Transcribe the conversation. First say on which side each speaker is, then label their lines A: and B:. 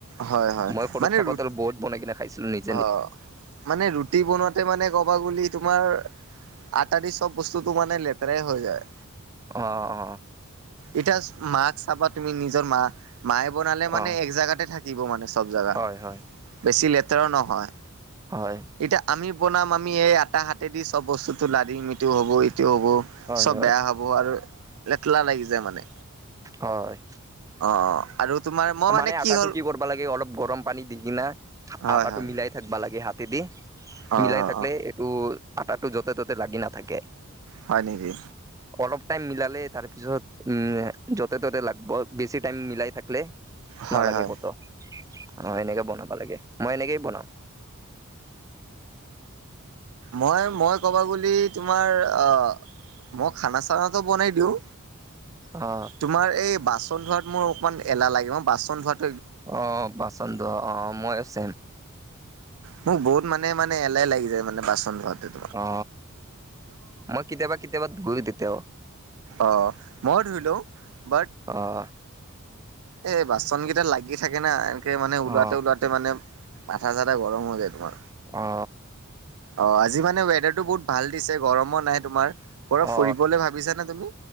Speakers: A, on the right (about 75°); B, on the right (about 15°).
A: হয় হয়
B: মই সৰুত
A: মানে
B: থাকোতে
A: ৰু
B: বহুত বনাই কিনে খাইছিলো নি-
A: অ মানে ৰুটি বনোৱাতে মানে ক'বা গলি তোমাৰ আটা দি চব বস্তুটো মানে লেতেৰাই হৈ যায়।
B: অ অ।
A: এতিয়া মাক চাবা তুমি নিজৰ মা। মায়ে বনালে মানে
B: অ
A: এক জেগাতে থাক কিব মানে চব জেগা,
B: হয় হয়
A: বেছি লেতেৰাও নহয়।
B: হয়।
A: এতিয়া আমি বনাম আমি এই আটা হাতে দি চব বস্তুটো লাৰিম, ইটো হ'ব ইটো হব।
B: হয়
A: চব
B: হয়
A: বেয়া হ'ব আৰু লেতলা লাগি যায় মানে।
B: হয়।
A: অঁ আৰু তোমাৰ মই
B: মানে আটাটো
A: হ'ল
B: কি কৰিবা লাগে অলপ গৰম পানী দি কিনা,
A: হয়
B: আটাটো
A: হয়
B: মিলাই থাকিবা লাগে হাতে দি।
A: হয়
B: মিলাই
A: হয়
B: থাকিলে
A: অ
B: এইটো আটাটো য'তে-ত'তে লাগি নাথাকে।
A: হয় নেকি
B: অলপ টাইম মিলালে তাৰপিছত উম য'তে ত'তে লাগিব বেছি টাইম মিলাই থাকিলে।
A: হয়
B: নালাগে
A: হয়
B: কত, অ এনেকে বনাবা লাগে মই এনেকেই বনাও।
A: মই মই ক'বা গলে তোমাৰ আ মই খানা চানাটো বনাই দিওঁ।
B: অ।
A: তোমাৰ এই বাচন ধোৱাত মোৰ অকণমান এলাহ লাগে, মই বাচন ধোৱাত
B: অ বাচন ধোৱা, অ মই চেম।
A: মোক বহুত মানে মানে এলাহ লাগি যায় মানে বাচন ধোৱাটো।
B: অ মই কেতিয়াবা কেতিয়াবা ধুই তেতিয়াও।
A: অঁ মই ধুই লও বাট
B: অঁ।
A: এই বাচন কেইটা লাগি থাকে না? কে মানে ওলাওতে
B: অ
A: - ওলাওতে মানে মাঠা চাঠা গৰম হৈ যায় তোমাৰ।
B: অ
A: অ আজি মানে ৱেডাৰটো বহুত ভাল দিছে, গৰমো নাই তোমাৰ। ক'ৰবাত
B: অ,
A: ফুৰিবলৈ ভাবিছানে তুমি